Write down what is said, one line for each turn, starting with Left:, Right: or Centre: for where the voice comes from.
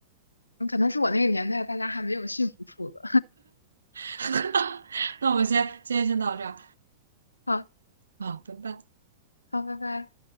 Left: 嗯可能是我那个年代大家还没有驯服兔子。
Right: <laughs> 那我们先今天先到这儿
Left: <laughs> 好，
Right: 啊，拜拜。
Left: 好，拜拜。